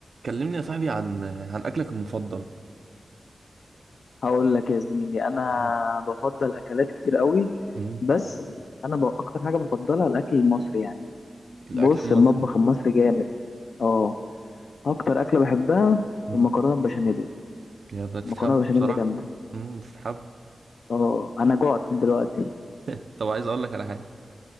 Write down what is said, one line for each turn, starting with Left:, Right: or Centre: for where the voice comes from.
Right: كلمني يا صاحبي عن عن أكلك المفضل
Left: هقول لك يا زميلي انا
Right: مم.
Left: بفضل اكلات كتير قوي
Right: مم.
Left: بس انا ب... اكتر حاجه بفضلها الاكل المصري يعني
Right: الأكل
Left: بص
Right: المصري
Left: المطبخ المصري جامد اه اكتر اكله بحبها
Right: مم.
Left: المكرونه البشاميل
Right: يا بتتحب
Left: المكرونه البشاميل
Right: بصراحة
Left: جامده
Right: مم. بتتحب
Left: اه انا جوعت دلوقتي
Right: <laughs> طب عايز أقول لك على حاجة